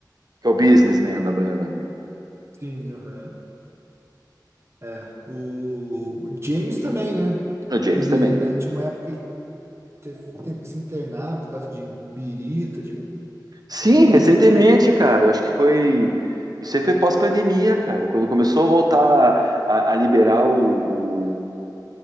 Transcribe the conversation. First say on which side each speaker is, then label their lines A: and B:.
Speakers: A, on the right (about 60°); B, on the right (about 35°).
A: que é o businessman da banda, né?
B: Sim, aham. É, o James também, né?
A: O James
B: Ele
A: também.
B: né, tinha uma época que ele teve, teve que se internar por causa de birita, de
A: Sim,
B: bebida,
A: recentemente,
B: né?
A: cara, eu acho que foi. Isso aí foi pós-pandemia, cara, quando começou a voltar a, a liberar o, o,